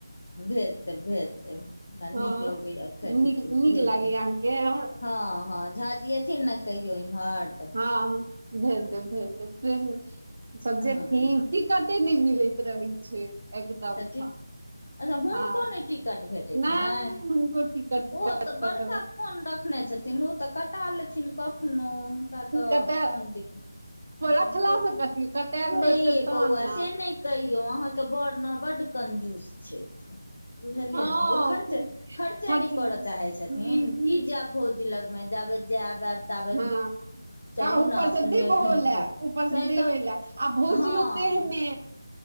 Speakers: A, on the left; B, on the right.
A: भेज देब भेज देब हमरा
B: हँ
A: नीक लगैया ख भि
B: नीक
A: तऽ ओ
B: नीक
A: भेज
B: लागैया
A: देब
B: अहाँके हमर
A: हँ हँ झा ज एथिन नऽ कहियो इमहर
B: हँ हँ भेज देब भेज देब सब
A: हँ
B: जे ी टिकटे नहि मिलैत छै रहे छै एकदमसँ
A: तऽ टिक अच्छा हुनको
B: हँ
A: नऽ टिक टिकट भेटै
B: नहि
A: छनि
B: हुनको टिकट टिकट
A: ओ तऽ
B: कट
A: बड़का फोन रखने छथिन तऽ कटा लेथिन कखनो हुनका तऽ
B: कटा
A: कोन दिक्कत
B: रखलासँ कथी कटायल
A: नहि
B: होतनि
A: ये
B: तहन
A: बौआ
B: ने
A: से नहि कहियौ अहाँके बड़ नऽ बड कंजूस छथि बुझलियै
B: हँ
A: ने ओ खर्च खर्चे
B: खर्च
A: नहि
B: नहि
A: करय चाहैत छथिन की जायब भोजी लगमऽ जायबे जाबब ताब
B: हँ
A: चलू
B: आ ऊपर
A: ने
B: से
A: अपने
B: देबहो
A: घुम
B: लए
A: फिर
B: ऊपर से
A: नहि
B: देबे
A: तऽ
B: लए आ भौजियो
A: हँ
B: तेहने